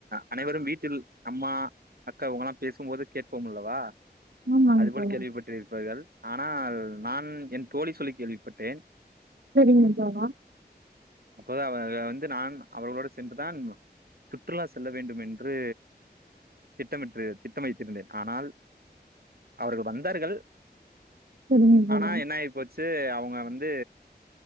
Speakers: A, on the right; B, on the right.
A: அனைவரும் வீட்டில் அம்மா அக்கா உங்கல்லா பேசும்போது கேட்போம் அல்லவா
B: ஆமாங்
A: அது போல
B: தோழா
A: கேள்விப்பட்டிருப்பீர்கள் இருப்பார்கள் ஆனால் நான் என் தோழி சொல்லி கேள்விப்பட்டேன்
B: சரிங்க தோழா
A: அப்போது அவ வந்து நான் அவர்களோடு சென்றுதான் சுற்றுலா செல்ல வேண்டும் என்று திட்டமிட்டு திட்டம் வைத்திருந்தேன் ஆனால் அவர்கள் வந்தார்கள்
B: செரிங்க தோழா
A: ஆனா என்னாயிப்போச்சு ச்சு அவங்க வந்து